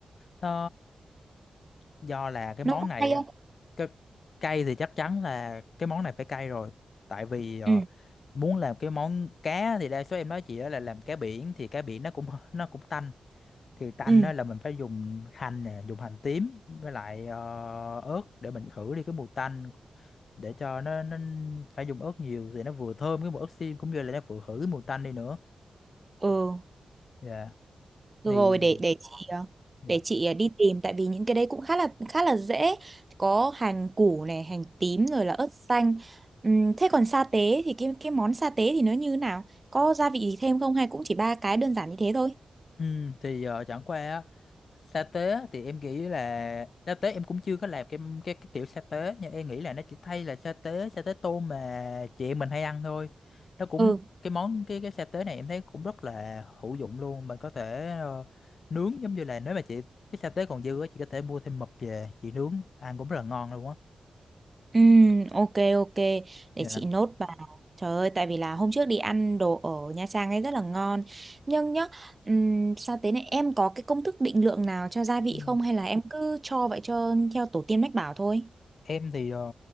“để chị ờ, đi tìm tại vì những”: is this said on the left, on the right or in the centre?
Right